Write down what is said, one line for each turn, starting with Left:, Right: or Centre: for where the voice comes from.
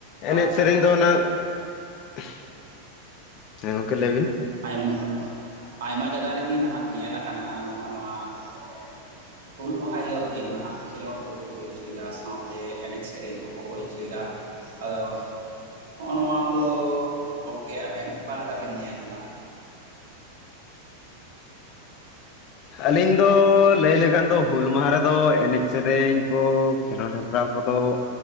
Right: ᱟᱪᱪᱷᱟ
Left: ᱮᱱᱮᱡ ᱥᱮᱨᱮᱧ
Right: ᱜᱚᱢᱠᱮ
Left: ᱫᱚ, ᱦᱚᱱᱟᱝ, <unintelligible> ᱞᱟᱹᱭ ᱵᱤᱱ
Right: ᱟᱭᱢᱟ, ᱟᱭᱢᱟ ᱡᱟᱭᱜᱟ ᱨᱮ ᱜᱮ, ᱱᱷᱟᱜ ᱧᱮᱞ ᱟᱠᱟᱱᱟ ᱾ ᱱᱚᱜ ᱱᱚᱣᱟ ᱾ <unintelligible> ᱦᱩᱞ ᱢᱟᱦᱟ ᱦᱤᱞᱳᱜ ᱜᱮ ᱱᱷᱟᱜ ᱠᱷᱮᱞᱳᱰ ᱠᱚ, ᱠᱚ ᱦᱩᱭ ᱦᱚᱪᱚ ᱭᱮᱫᱟ ᱾ ᱥᱟᱶᱛᱮ ᱮᱱᱮᱡ ᱥᱮᱨᱮᱧ ᱠᱚ, ᱠᱚ ᱦᱩᱭ ᱦᱚᱪᱚ ᱭᱮᱫᱟ ᱾ ᱟᱫᱚ, ᱱᱚᱜ ᱱᱚᱣᱟ ᱠᱚ, ᱜᱚᱝᱠᱮ! ᱟᱵᱮᱱ ᱚᱠᱟ ᱞᱮᱠᱟ ᱵᱮᱱ, ᱧᱮᱞᱫᱟ?
Left: ᱟᱹᱞᱤᱧ ᱫᱚ, ᱞᱟᱹᱭ ᱞᱮᱠᱷᱟᱱ ᱫᱚ, ᱦᱩᱞ ᱢᱟᱦᱟ ᱨᱮᱫᱚ, ᱮᱱᱮᱡ ᱥᱮᱨᱮᱧ ᱠᱚ, ᱠᱷᱮᱞᱳᱰ ᱦᱮᱯᱨᱟᱣ ᱠᱚᱫᱚ,